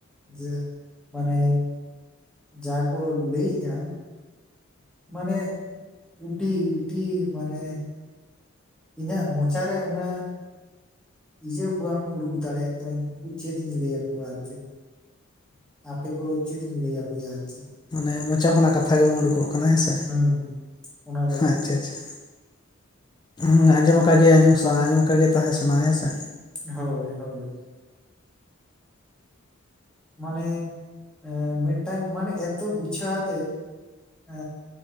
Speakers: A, in the centre; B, on the left.
A: <unintelligible> ᱡᱮ ᱢᱟᱱᱮ ᱡᱟ ᱠᱚ ᱞᱟᱹᱭ ᱮᱜᱼᱟ ᱢᱟᱱᱮ ᱩᱰᱤ ᱩᱰᱤ ᱢᱟᱱᱮ ᱤᱧᱟᱜ ᱢᱚᱪᱟ ᱨᱮ ᱚᱱᱟ ᱤᱭᱟᱹ ᱵᱟᱝ ᱩᱰᱩᱠ ᱫᱟᱲᱮᱭᱟᱜ ᱠᱟᱱᱟ ᱩᱱᱠᱩ ᱪᱮᱫ ᱤᱧ ᱞᱟᱹᱭ ᱟᱠᱚᱣᱟ ᱟᱨ ᱪᱮᱫ ᱟᱯᱮ ᱠᱚ ᱪᱮᱫ ᱤᱧ ᱞᱟᱹᱭ ᱟᱯᱮᱭᱟ ᱟᱨ ᱪᱮᱫ
B: ᱤᱧᱟᱜ ᱢᱚᱪᱟ ᱠᱷᱚᱱᱟᱜ ᱠᱟᱛᱷᱟ ᱜᱮ ᱵᱟᱝ ᱩᱰᱩ ᱠᱚᱜ ᱠᱟᱱᱟ ᱦᱮᱸᱥᱮ
A: ᱦᱩᱸ ᱚᱱᱟ ᱞᱟᱹᱜᱤᱫ
B: ᱟᱪᱪᱷᱟ ᱟᱪᱪᱷᱟ᱾ ᱦᱩᱸ ᱟᱸᱡᱚᱢ ᱟᱠᱟ ᱜᱤᱭᱟᱹᱧ ᱟᱸᱡᱚᱢ ᱥᱟ- ᱟᱸᱡᱚᱢ ᱟᱠᱟᱫ ᱜᱮ ᱛᱟᱦᱮᱸ ᱥᱟᱱᱟᱭᱟ ᱦᱮᱸ ᱥᱮ
A: ᱦᱳᱭ ᱦᱳᱭ ᱢᱟᱱᱮ ᱮ ᱢᱤᱫ ᱴᱟᱝ ᱢᱟᱱᱮ ᱮᱛᱚ ᱜᱩᱪᱷᱟᱹᱣ ᱟᱛᱮᱫ ᱮᱼᱼ